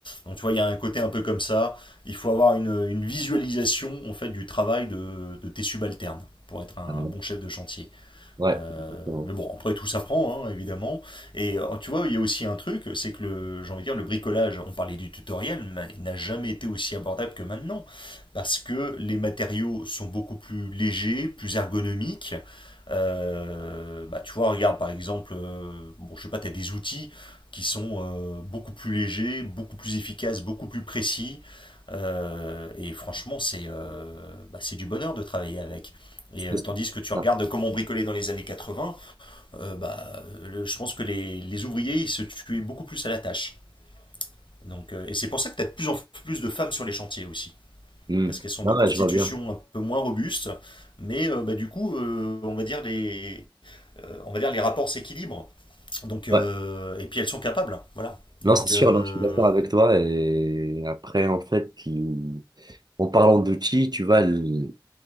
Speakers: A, on the left (about 80°); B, on the right (about 55°).
A: Donc, tu vois, il y a un côté un peu comme ça. Il faut avoir une, une visualisation en fait, du travail de, de tes subalternes pour être un
B: Ah,
A: bon chef de chantier.
B: Ouais,
A: Euh,
B: exactement.
A: mais bon, après tout s'apprend, hein, évidemment. Et euh, tu vois, il y a aussi un truc, c'est que le, j'ai envie de dire, le bricolage, on parlait du tutoriel, mais il n'a jamais été aussi abordable que maintenant, parce que les matériaux sont beaucoup plus légers, plus ergonomiques. Euh, bah, tu vois, regarde par exemple, euh, bon, je sais pas, tu as des outils qui sont euh, beaucoup plus légers, beaucoup plus efficaces, beaucoup plus précis. Euh, et franchement, c'est euh, bah, c'est du bonheur de travailler avec. Et
B: C'est
A: euh,
B: c'est
A: tandis que tu
B: ça.
A: regardes comment on bricolait dans les années 80, euh, bah, le- je pense que les, les ouvriers ils se tuaient beaucoup plus à la tâche. Donc, euh, et c'est pour ça que tu as de plus en plus de femmes sur les chantiers aussi.
B: Hmm.
A: Parce qu'elles sont
B: Non,
A: de constitution
B: ouais, je vois bien.
A: un peu moins robuste, mais euh, bah, du coup, euh, on va dire les, euh, on va dire les rapports s'équilibrent. Donc, euh,
B: Ouais.
A: et puis elles sont capables, voilà. Donc,
B: Non, c'est sûr,
A: euh,
B: non, je suis d'accord avec toi. Et après, en fait, il- en parlant d'outils, tu vois, l-